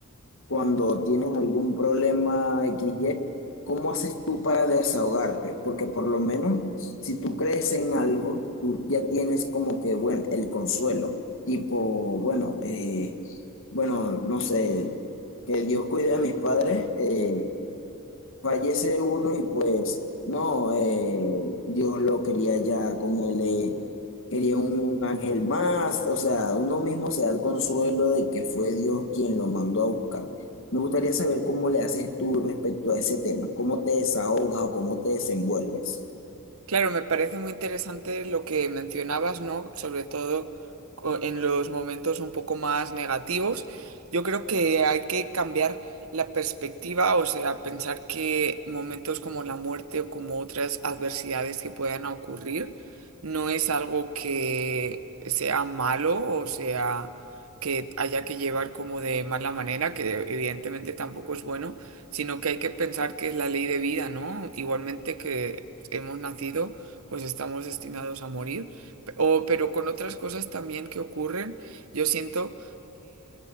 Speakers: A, on the left (about 60°); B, on the right (about 75°).
A: cuando tienes algún problema XY, ¿cómo haces tú para desahogarte? Porque por lo menos si tú crees en algo, tú ya tienes como que, bueno, el consuelo, tipo, bueno, eh, bueno, no sé, que Dios cuide a mis padres, eh, fallece uno y pues no, eh, Dios lo quería ya con él, eh, quería un ángel más, o sea, uno mismo se da el consuelo de que fue Dios quien lo mandó a buscar. Me gustaría saber cómo le haces tú respecto a ese tema, cómo te desahogas o cómo te desenvuelves.
B: Claro, me parece muy interesante lo que mencionabas, ¿no? Sobre todo co- en los momentos un poco más negativos. Yo creo que hay que cambiar la perspectiva, o sea, pensar que momentos como la muerte o como otras adversidades que puedan ocurrir no es algo que sea malo o sea que haya que llevar como de mala manera, que evidentemente tampoco es bueno, sino que hay que pensar que es la ley de vida, ¿no? Igualmente que hemos nacido, pues estamos destinados a morir. Pe- O, pero con otras cosas también que ocurren, yo siento